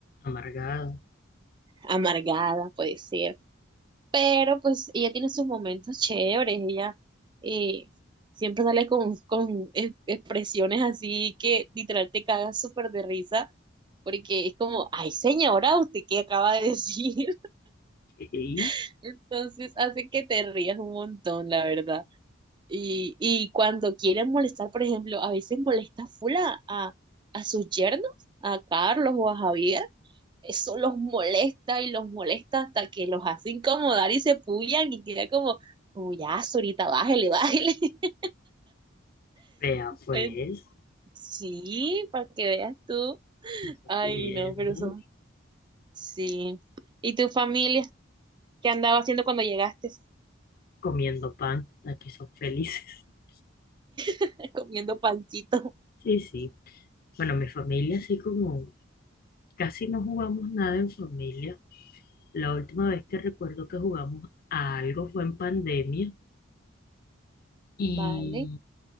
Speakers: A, on the left; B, on the right.
A: Amargado.
B: amargada, puede ser. Pero pues ella tiene sus momentos chéveres, ella eh, siempre sale con, con ex- expresiones así que literal te cagas súper de risa, porque es como, ay señora, ¿usted qué acaba de decir?
A: Sí,
B: <laughs> Entonces hace que te rías un montón, la verdad. Y, y cuando quieren molestar, por ejemplo, a veces molesta full a, a, a sus yernos, a Carlos o a Javier eso los molesta y los molesta hasta que los hace incomodar y se pullan y queda como, como ya, ahorita bájele, bájele. <laughs>
A: vea pues,
B: Eh, Sí, para que veas tú.
A: lo estoy
B: Ay,
A: viendo.
B: no, pero son, sí. ¿Y tu familia? ¿Qué andaba haciendo cuando llegaste?
A: Comiendo pan. Aquí son felices. <laughs>
B: <laughs> Comiendo pancito.
A: Sí, sí. Bueno, mi familia así como casi no jugamos nada en familia. La última vez que recuerdo que jugamos a algo fue en pandemia. Y
B: Vale.